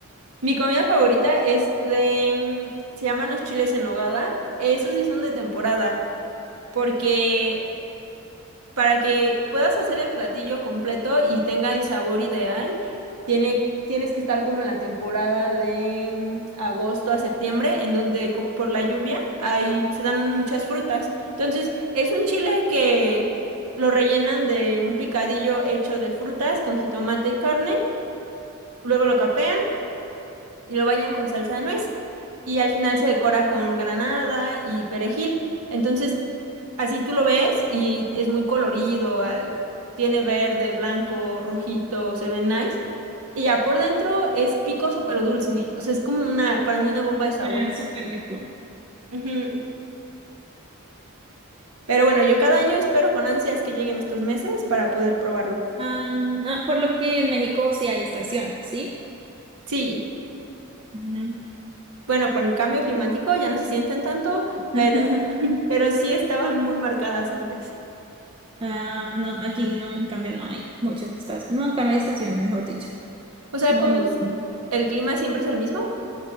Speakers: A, on the right (about 80°); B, on the right (about 25°).
A: Mi comida favorita es de, mm, se llaman los chiles en nogada. Esos sí son de temporada, porque para que puedas hacer el platillo completo y tenga el sabor ideal, tiene, tienes que estar como en la temporada de mm, agosto a septiembre, en donde co- por la lluvia hay, se dan un- muchas frutas. Entonces, es un chile que lo rellenan de un picadillo hecho de frutas con jitomate y carne, luego lo capean y lo bañan con salsa de nuez y al final se decora con granada y perejil. Entonces, así tú lo ves y es muy colorido, ah, tiene verde, blanco, rojito, se ve nice. Y ya por dentro es picoso pero dulce, o sea, es como una, para mí una bomba de sabor.
B: Suena súper rico.
A: Ujú. Pero bueno, yo cada año espero con ansias que lleguen estos meses para poder probarlo.
B: Ah, ah, por lo que en México sí hay estación, ¿sí?
A: Sí,
B: Ujú.
A: bueno, con el cambio climático ya no se sienten tanto,
B: <laughs>
A: pero, <laughs> pero sí estaban muy marcadas antes.
B: Ah, no, aquí no, en cambio no hay muchas estaciones. No, acá no hay estaciones, mejor dicho.
A: O
B: Somos
A: sea, ¿cómo
B: muy-
A: es? ¿El clima siempre es el mismo?